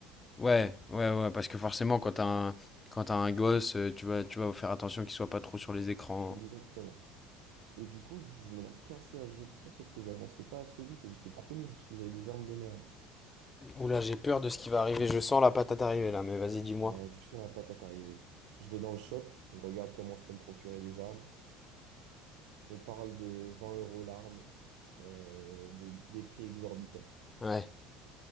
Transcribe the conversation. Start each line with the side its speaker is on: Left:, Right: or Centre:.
Left: Ouais, ouais, ouais, parce que forcément, quand t'as un, quand t'as un gosse, euh, tu vas, tu vas faire attention qu'il soit pas trop sur les écrans.
Right: Exactement. Et du coup, je, je me la cassais à ce jeu, tout ça, sauf que j'avançais pas assez vite et j'étais trop nul parce que j'avais des armes de merde.
Left: Oula, j'ai peur de ce qui va arriver. Je sens la patate arriver là, mais vas-y, dis-moi.
Right: Ah, tu seras pas à t'arriver. Je vais dans le shop, je regarde comment je peux me procurer des armes. On parle de 20 euros l'arme, euh, des, des prix exorbitants.
Left: Ouais.